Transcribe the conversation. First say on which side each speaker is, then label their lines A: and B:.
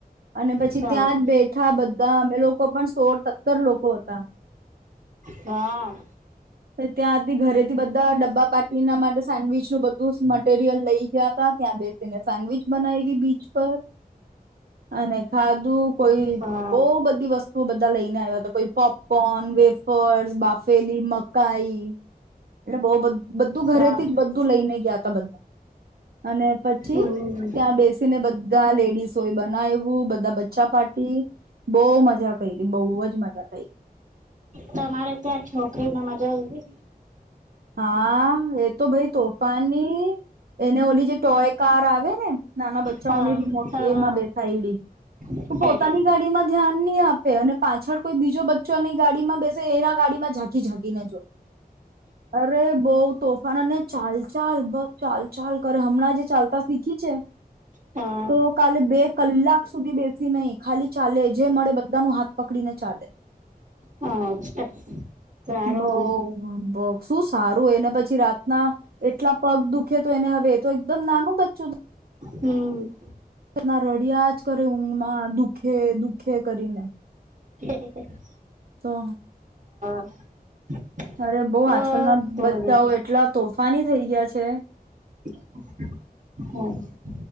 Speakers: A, on the right (about 75°); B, on the right (about 50°).
A: અને પછી
B: સારું
A: ત્યાં જ બેઠા બધા મે લોકો પણ સોળ સત્તર લોકો હતા
B: વાહ
A: ત્યાંથી ઘરેથી બધા ડબ્બા પાટીના માટે સેન્ડવીચ નું બધું મટેરિયલ લઈ ગયા ત ત્યાં બેસીને સેન્ડવીચ બનાવી બીચ પર અને ખાધું કોઈ
B: વાહ
A: બહુ બધી વસ્તુઓ બધા લઈને આવ્યા તો કોઈ પોપ કોન વેફર્સ બાફેલી મકાઈ એટલે બહુ બધું બધું ઘરેથી
B: વાહ
A: જ બધું લઈને ગયા તા બધા અને પછી
B: હમ
A: ત્યાં બેસીને બધ બધા લેડીસય બનાવું બધા બચ્ચા પાર્ટી બહુ મજા કરી ર બહુ જ મજા કરી
B: તમારે ત્યાં છોકરીને મજા આઇતી
A: હા એ તો ભાઈ તોફાની એને ઓલી જે ટોય કાર આવે ને નાના બચ્ચાઓની
B: હા
A: રિમોટ
B: હા
A: એમાં બેસાયડી
B: હા
A: તો પોતાની
B: અરે
A: ગાડી માં ધ્યાન નહી આપે અને પાછળ કોઈ બીજો બચ્ચા નની ગાડીમાં બેસી એના ગાડી માં ઝાંકી ઝાંકીને જોએ અરે બઉ તોફાાન ને ચાલ ચાલ બસ ચાલ ચાલ કરે હમણાં જે ચાલતા શીખી છે
B: હા
A: તો કાલે બે કલાક સુધી બેસ નહી ખાલી ચાલે જે મળે બધા ન હાથ પકડીને ચાલે
B: હા <unintelligible>
A: બહુ
B: ને
A: બહુ શું સારું હોયને પછી રાત્રે ના એટલા પગ દુખે તો એને તો એકદમ નાનું બચ્ચું
B: હમ
A: ના રડીજ કરીયુ હુમા દુઃખે દુઃખ ખે કરીને
B: <inaudible>
A: તો
B: <inaudible>
A: અરે બઉ આજકાલના
B: અ બોલો
A: બચ્ચાઓ એટલા તોફાની થઇ ગયા છે
B: હમ